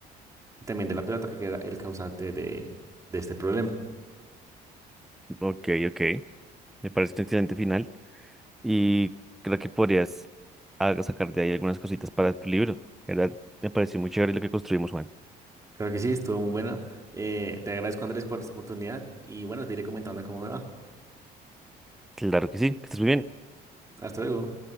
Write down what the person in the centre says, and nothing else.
Ok, ok. Me parece un excelente final y creo que podrías ah, sacar de ahí algunas cositas para tu libro. La ¿Verdad? Me pareció muy chévere lo que construimos, Juan.
Claro que sí, que estés muy bien.